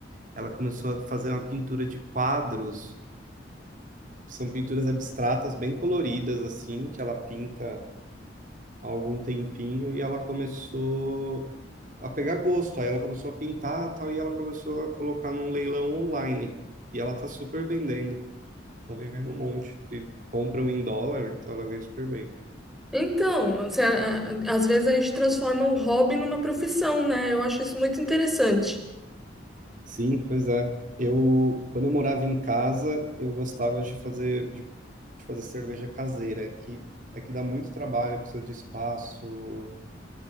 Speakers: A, on the right; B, in the centre.
A: Ela começou a fazer uma pintura de quadros, são pinturas abstratas bem coloridas assim, que ela pinta há algum tempinho e ela começou a pegar gosto. Aí ela começou a pintar tal e ela começou a colocar num leilão online. E ela tá super vendendo, tá vendendo um monte. E compram em dólar, então ela ganha super bem.
B: Então, você, a- a- às vezes a gente transforma o hobby numa profissão, né? Eu acho isso muito interessante.
A: Sim, pois é. Eu, quando eu morava em casa, eu gostava de fazer de, de fazer cerveja caseira, é que é que dá muito trabalho, precisa de espaço